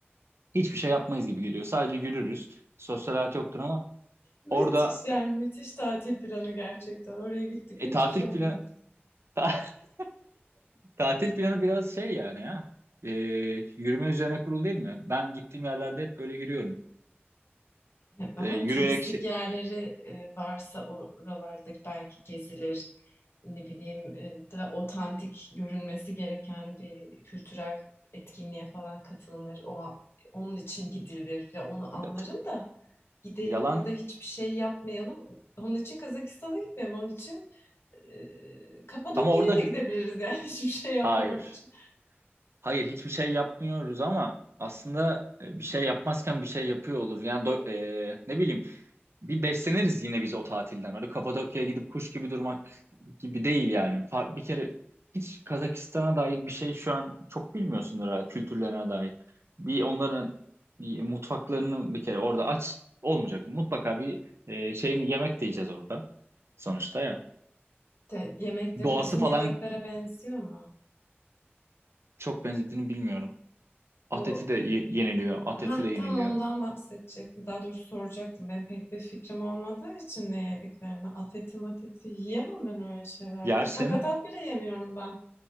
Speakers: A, on the right; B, on the left.
A: Hiçbir şey yapmayız gibi geliyor. Sadece yürürüz. Sosyal hayat yoktur ama
B: Müthiş
A: orada
B: yani müthiş tatil planı gerçekten. Oraya gittik
A: e,
B: mi
A: tatil
B: hiçbir şey yapmayız.
A: planı <laughs> tatil planı biraz şey yani ya. E, yürüme üzerine kurulu değil mi? Ben gittiğim yerlerde hep böyle yürüyorum.
B: Evet, Ama
A: E, yürüyerek
B: turistik
A: şey
B: yerleri e, varsa oralarda belki gezilir. Ne bileyim e, da otantik görünmesi gereken bir kültürel etkinliğe falan katılınır. O onun için gidilir falan. Onu anlarım
A: Ya t-
B: da gidelim
A: Yalan
B: orada hiçbir şey yapmayalım. Onun için Kazakistan'a gitmeyelim. Onun için e, Kapadokya'ya
A: ama orada
B: da
A: hi-
B: gidebiliriz yani <laughs> hiçbir şey yapmamak
A: hayır.
B: için.
A: Hayır hiçbir şey yapmıyoruz ama aslında e, bir şey yapmazken bir şey yapıyor olur. Yani do- e, ne bileyim bir besleniriz yine biz o tatilden. Öyle Kapadokya'ya gidip kuş gibi durmak gibi değil yani. Fa- Bir kere hiç Kazakistan'a dair bir şey şu an çok bilmiyorsundur herhalde kültürlerine dair. Bir onların e, mutfaklarını bir kere orada aç olmayacak. Mutlaka bir e, şeyini yemek de yiyeceğiz orada sonuçta ya.
B: Te- yemekleri
A: Doğası
B: bizim
A: falan
B: yemeklere benziyor mu?
A: Çok benzediğini bilmiyorum. Ateti
B: Bu
A: de ye- yeniliyor. Ateti
B: ha
A: de yeniliyor.
B: tam ondan bahsedecektim. Daha doğrusu soracaktım. Ben pek bir fikrim olmadığı için ne yediklerini. At eti mat eti yiyemem ben öyle şeyler
A: Yersin.
B: ya. Sakatat bile yemiyorum ben.